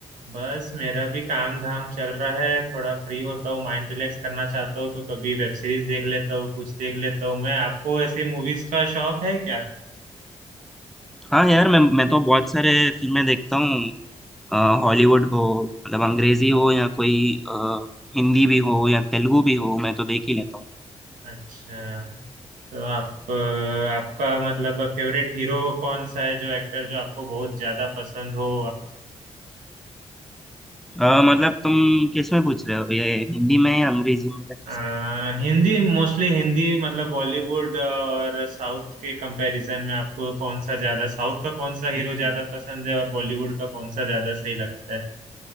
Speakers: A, on the right (about 80°); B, in the centre.
A: बस मेरा भी काम धाम चल रहा है थोड़ा फ्री होता हूँ माइंड रिलैक्स करना चाहता हूँ तो कभी वेब सीरीज देख लेता हूँ कुछ देख लेता हूँ मैं आपको ऐसे मूवीज का शौक है क्या
B: हाँ यार मैं मैं तो बहुत सारे फिल्में देखता हूँ अ, हॉलीवुड हो मतलब अंग्रेजी हो या कोई अ, हिंदी भी हो या तेलुगु भी हो मैं तो देख ही लेता हूँ
A: अच्छा तो आप अ, आपका मतलब फेवरेट हीरो कौन सा है जो एक्टर जो आपको बहुत ज्यादा पसंद हो
B: अ, मतलब तुम किस में पूछ रहे हो ये हिंदी में या अंग्रेजी में या किस
A: आ,
B: में
A: हिंदी मोस्टली हिंदी मतलब बॉलीवुड और साउथ के कंपैरिजन में आपको कौन सा ज्यादा साउथ का कौन सा
B: हम्म,
A: हीरो ज्यादा पसंद है और बॉलीवुड का कौन सा ज्यादा सही लगता है